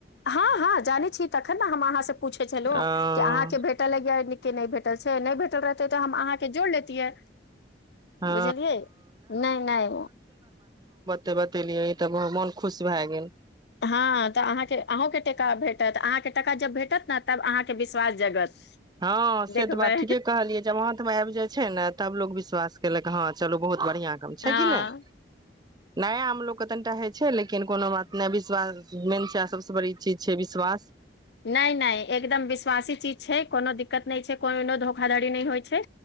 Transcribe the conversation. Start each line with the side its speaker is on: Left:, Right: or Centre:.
Left: हँ हँ जानै छी तखन ने हम अहाँ से पूछै छलहुँ
Right: ओ
Left: कि अहाँके भेटल किया एमे केनाय भेटल छै नहि भेट भेट रहैत त हम अह जोड़ लेयतिय
Right: हँ
Left: बुझलियै नहि नहि
Right: तें बतेलियै त मन खुश भए गेल
Left: हँ तऽ अहाँके अहुँ के का भेटत अहाँ कें टाका जब भेटत ने तब अहाँके विश्वास जगत
Right: हँ
Left: देखबै
Right: से तऽ बात ठीके कहलियै जब हाथमे आबि जाइत छै ने तब लोक विश्वास कै लक हँ चलू बहुत बढ़िआँ काम छै
Left: हँ
Right: कि नहि नया आम लोकके तनि टा होइ छै लेकिन कोनो बात नहि विश्वास मेन छै आ सभसँ बड़ी चीज छै विश्वास
Left: नहि नहि एकदम विश्वासी चीज छै कोनो दिक्कत नहि छै कोनोनो धोखाधड़ी नहि होइ छै